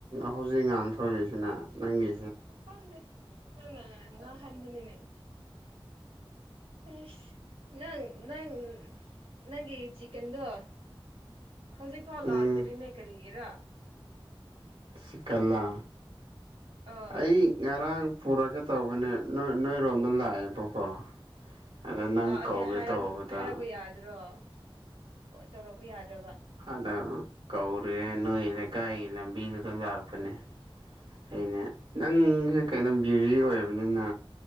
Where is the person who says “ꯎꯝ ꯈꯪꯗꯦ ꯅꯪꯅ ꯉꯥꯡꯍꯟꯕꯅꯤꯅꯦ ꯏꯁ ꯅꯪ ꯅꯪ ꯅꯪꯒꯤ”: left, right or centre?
Right